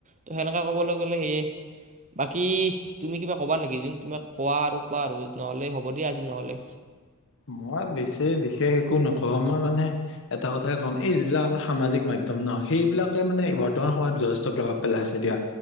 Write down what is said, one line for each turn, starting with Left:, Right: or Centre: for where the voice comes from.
Right: ত সেনেকে কবলৈ গ'লে সেয়ে বাকী তুমি কিবা কবা নেকি যোন তুমাক কোৱা আৰু কোৱা আৰু নহলে হ'ব দিয়া আজি নহলে।
Left: মই বেছি বিশেষ একো নকওঁ মই মানে এটা কথাই কম এই যিবিলাক আমাৰ সামাজিক মাধ্যম ন' সেইবিলাকে মানে বৰ্তমান সময়ত যথেষ্ট প্ৰভাৱ পেলাই আছে দিয়া।